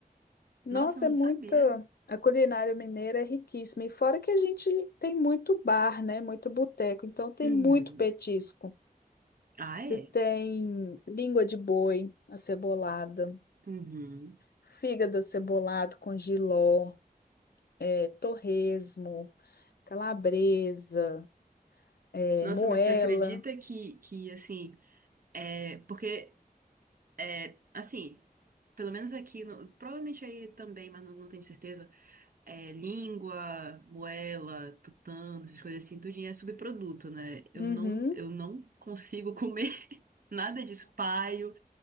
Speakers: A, on the left; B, on the right.
A: Nossa,
B: Nossa, eu não
A: é muita
B: sabia.
A: A culinária mineira é riquíssima. E fora que a gente tem muito bar, né? Muito boteco. Então tem
B: Uhum.
A: muito petisco.
B: Ah,
A: Você
B: é?
A: tem língua de boi acebolada,
B: Uhum.
A: fígado acebolado com jiló, é, torresmo, calabresa, é,
B: Nossa,
A: moela.
B: mas você acredita que, que assim, é, porque, é, assim, pelo menos aqui, no- provavelmente aí também, mas não, não tenho certeza, é, língua, moela, tutano, essas coisas assim, tudinho é subproduto, né? Eu
A: Uhum.
B: não, eu não consigo comer <laughs> nada disso, paio.